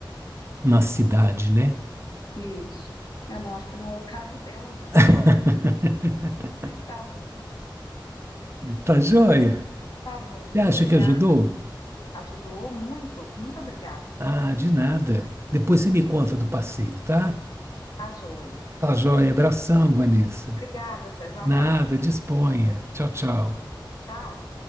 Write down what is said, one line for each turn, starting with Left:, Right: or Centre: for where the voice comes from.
Right: na cidade, né?
Left: Isso. Eu não acho que não é o caso dela, não, mas,
Right: <laughs>
Left: mas tá bom.
Right: Tá
Left: Hum,
Right: joia?
Left: Tá bom.
Right: Você acha
Left: Obrigada.
Right: que ajudou?
Left: sim. Ajudou muito. Muito obrigada.
Right: Ah, de nada. Depois você me conta do passeio, tá?
Left: A joia.
Right: Tá joia. Abração, Vanessa.
Left: Obrigada, César.
Right: Nada,
Left: Um abraço.
Right: disponha. Tchau, tchau.
Left: Tchau.